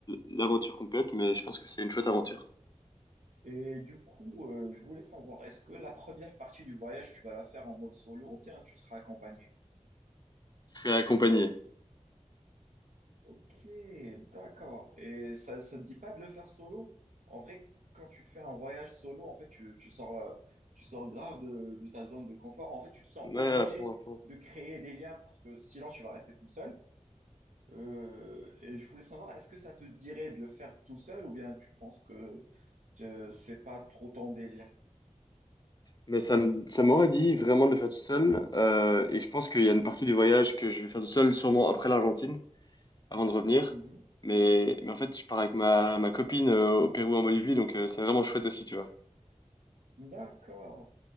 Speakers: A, on the left; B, on the right.
A: l'aventure complète. Mais je pense que c'est une chouette aventure.
B: Et du coup, euh, je voulais savoir, est-ce que la première partie du voyage, tu vas la faire en mode solo ou bien tu seras accompagné?
A: Je serai accompagné.
B: Ok, d'accord. Et ça, ça te dit pas de le faire solo? En vrai, quand tu fais un voyage solo, en fait, tu, tu sors, euh, tu sors grave de, de ta zone de confort. En fait, tu te sens
A: Ouais,
B: obligé
A: à fond, à fond.
B: de créer des liens parce que sinon, tu vas rester tout seul. Euh, et je voulais savoir, est-ce que ça te dirait de le faire tout seul ou bien tu penses que euh, c'est pas trop ton délire?
A: Mais ça, me- ça m'aurait dit vraiment de le faire tout seul. Euh, et je pense qu'il y a une partie du voyage que je vais faire tout seul, sûrement après l'Argentine. avant de revenir.
B: Mhm.
A: Mais, mais en fait, je pars avec ma, ma copine euh, au Pérou, en Bolivie, donc euh, c'est vraiment chouette aussi, tu vois.
B: D'accord.